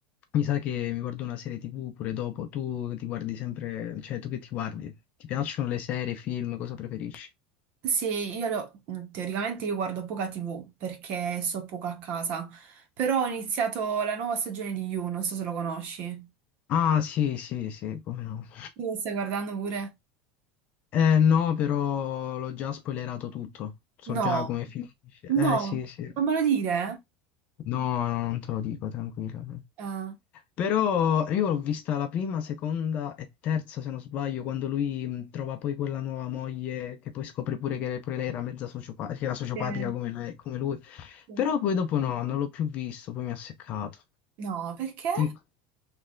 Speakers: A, on the left; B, on the right.
A: Mi sa che mi guardo una serie TV pure dopo. Tu ti guardi sempre... Cioè, tu che ti guardi? Ti piacciono le serie, i film? Cosa preferisci?
B: Sì, io lo- mm, teoricamente io guardo poca TV perché sto poco a casa, però ho iniziato la nuova stagione di You, non so se lo conosci.
A: Ah, sì, sì, sì, come no.
B: Tu lo stai guardando pure?
A: Eh no, però l'ho già spoilerato tutto. So
B: No.
A: già come finisce.
B: No,
A: Eh sì, sì.
B: non me lo dire?
A: No, no, non te lo dico, tranquillo.
B: Ah,
A: Però io l'ho vista la prima, seconda e terza, se non sbaglio, quando lui mh, trova poi quella nuova moglie che poi scopre pure che pure lei era mezza sociopatica, che era sociopatica
B: Eh,
A: come lei- come lui.
B: sì.
A: Però poi dopo no, non l'ho più visto, poi mi ha seccato.
B: no, perché?
A: Dico,